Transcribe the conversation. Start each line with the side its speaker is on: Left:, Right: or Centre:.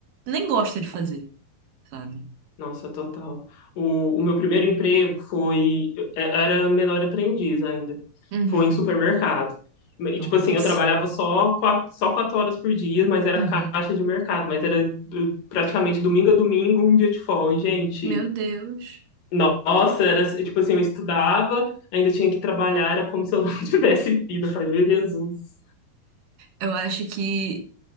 Right: nem gosta de fazer, sabe?
Left: Nossa, total. O, o meu primeiro emprego foi. é, Era menor aprendiz ainda.
Right: Uhum.
Left: Foi em supermercado. E,
Right: Nossa.
Left: tipo assim, eu trabalhava só quatro, só quatro horas por dia, mas era
Right: Uhum.
Left: caixa de mercado. Mas era do- praticamente domingo a domingo, um dia de folga. E, gente,
Right: Meu Deus.
Left: nossa, era tipo assim, eu estudava, ainda tinha que trabalhar, era como se eu não <laughs> tivesse vida. Eu falei, meu Jesus.
Right: Eu acho que.